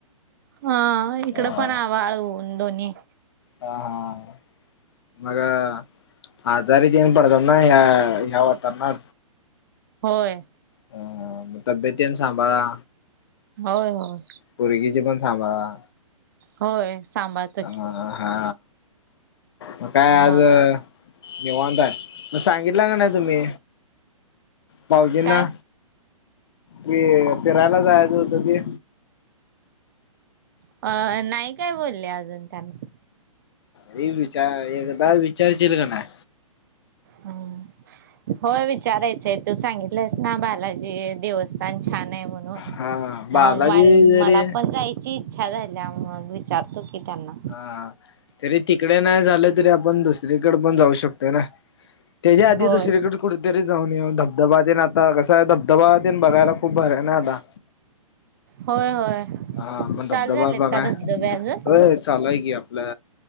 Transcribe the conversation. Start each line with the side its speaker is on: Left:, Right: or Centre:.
Right: हा इकड
Left: हा
Right: पण आभाळ ऊन दोन्ही आहे.
Left: हा हा मग ह आजारी देईन पडतातना ह्या ह्या होताना.
Right: होय.
Left: ह म तब्येतन सांभाळा.
Right: होय होय.
Left: पुर्गीचे पण सांभाळा.
Right: होय. सांभाळतो की
Left: ह हा मग काय आज.
Right: मग
Left: निवाताय म सांगितलं का नाही तुम्ही भाऊजींना.
Right: काय?
Left: क फिरायला जायचं होत ते.
Right: अ नाही काय बोलले अजून त्यांना.
Left: ह विचार एकदा विचारशील का नाही.
Right: हम. हो विचारायचंय तू सांगितलंस ना बालाजी देवस्थान छान. म्हणून
Left: हा बालाजी
Right: मग
Left: जरी
Right: मला पण जायची. छान झालेल्या मग विचारतो की त्यांना.
Left: हा तरी तिकडे नाही झाले तरी आपण दुसरीकडे पण जाऊ शकतोय ना. त्याच्या आधी
Right: होय
Left: दुसरीकडे. कुठेतरी जाऊन ये धबधब्यान आता कसं आहे धबधबा्यान बघायला खूप बरं आहे ना आता.
Right: होय होय.
Left: हा पण
Right: चालू
Left: धबधबा
Right: झालेत
Left: बघाय
Right: का धबधबे अजून
Left: र चालूय की आपल्या.